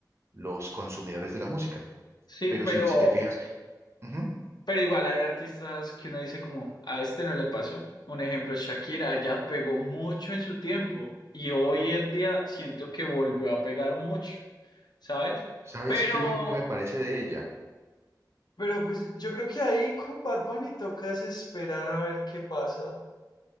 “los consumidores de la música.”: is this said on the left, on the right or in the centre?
Right